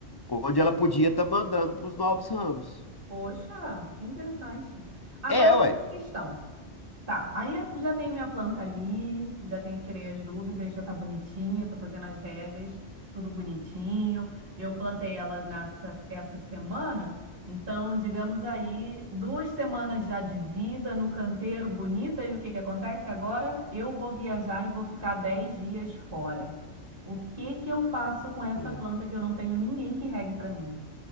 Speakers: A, on the left; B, on the right.
A: onde ela podia estar mandando para os novos ramos.
B: Poxa, que interessante. Agora,
A: É,
B: uma
A: ué.
B: questão. Tá, aí eu já tenho minha planta ali, já tenho, tirei as dúvidas, já tá bonitinha, tô fazendo as regas, tudo bonitinho. Eu plantei ela nessa, essa semana, então, digamos aí, duas semanas já de vida no canteiro bonita, e o que que acontece agora? Eu vou viajar e vou ficar 10 dias fora. O que que eu faço com essa
A: É.
B: planta que eu não tenho ninguém que regue pra mim?